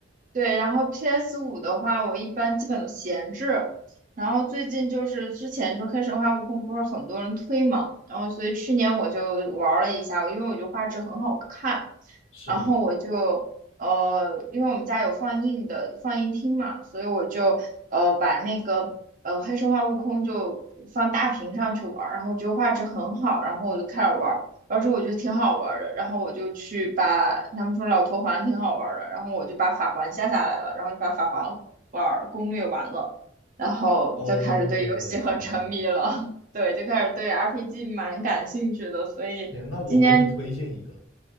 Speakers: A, on the right; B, on the left.
A: 对，然后 PS 五的话，我一般基本都闲置。然后最近就是之前就黑神话悟空不是很多人推嘛，然后所以去年我就玩了一下，因为我觉得画质很好看，
B: 是的，
A: 然后我就呃，因为我们家有放映的放映厅嘛，所以我就呃把那个呃黑神话悟空就放大屏上去玩儿，然后就画质很好，然后我就开始玩。之后我觉得挺好玩儿的，然后我就去把他们说老头环挺好玩儿的，然后我就把法环下下来了，然后就把法环玩儿攻略完了，然后就开始对游戏很沉迷了，
B: 哦，我的天，
A: <laughs> 对，就开始对 RPG 蛮感兴趣的，所以今年
B: 天，那我给你推荐一个